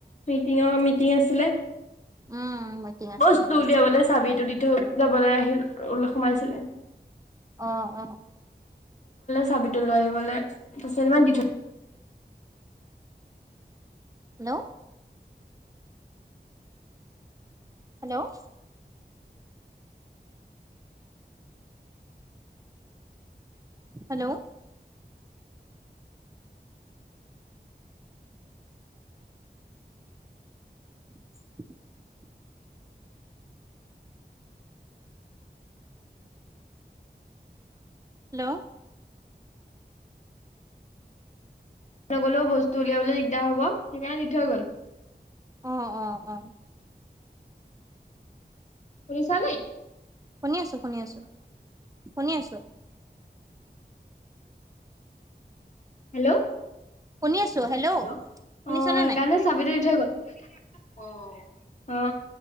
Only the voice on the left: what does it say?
মিটিঙৰ মিটিং আছিলে
বস্তুটো
উলিয়াবলৈ চাবিটো দি থৈ যাবলৈ আহিল ওলপ সোমাইছিলে
চাবিতটো লৈ আহিবলৈ তাৰপিছত ইমান দি থৈ
নগ'লেও বস্তু উলিয়াবলৈ দিগদাৰ হ'ব সেইকাৰণে দি থৈ গ'ল
পুলিচাল
হেল্ল',
েল অ
সেইকাৰণে
চাবিটো দি থৈ গ'ল অ অ